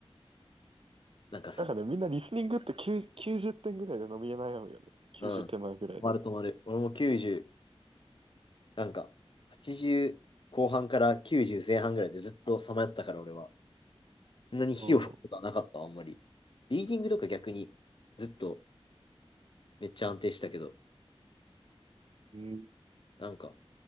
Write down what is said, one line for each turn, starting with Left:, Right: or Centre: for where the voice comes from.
Left: なんかさ、
Right: なんかね、みんなリスニングって9、90点ぐらいで伸び悩むよね。90点前ぐらいで。
Left: うん。止まる止まる。俺も90、なんか、80後半から90前半ぐらいでずっとさまよってたから俺は。そんなに火を吹くことはなかった、
Right: うん。
Left: あんまり。リーディングとか逆にずっとめっちゃ安定したけど、
Right: うん。
Left: なんか、